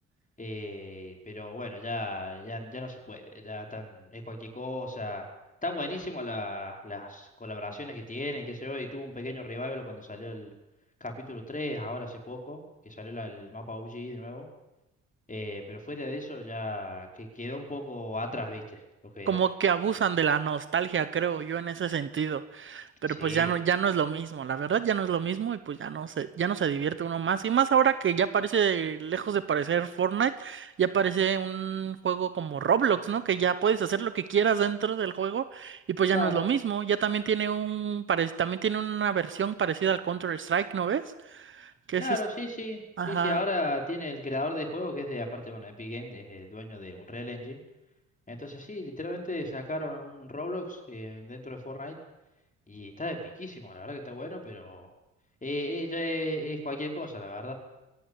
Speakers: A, on the left; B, on the right.
A: eh, pero bueno, ya, ya, ya no se puede, ya tan, es cualquier cosa. Están buenísimas la- las colaboraciones que tienen, qué sé yo, y tuvo un pequeño revival cuando salió el capítulo 3, ahora hace poco, que salió la- el mapa OG de nuevo. Eh, pero fuera de eso ya que quedó un poco atrás, ¿viste? Lo que
B: Como
A: era.
B: que abusan de la nostalgia, creo yo, en ese sentido. Pero
A: Sí,
B: pues ya no, ya no es lo mismo, la verdad ya no es lo mismo y pues ya no se, ya no se divierte uno más. Y más ahora que ya parece, lejos de parecer Fortnite, ya parece un juego como Roblox, ¿no? Que ya puedes hacer lo que quieras dentro del juego y pues
A: claro,
B: ya no es lo mismo. Ya también tiene un, pare- también tiene una versión parecida al Counter-Strike, ¿no ves? Que
A: claro,
B: es este,
A: sí, sí, sí,
B: ajá,
A: sí. Ahora tiene el creador de juego que es de, aparte, bueno, Epic Games, es el dueño de Unreal Engine. Entonces sí, literalmente sacaron un Roblox eh, dentro de Fortnite y está de piquísimo, la verdad que está bueno, pero eh, eh, ya es, es cualquier cosa, la verdad.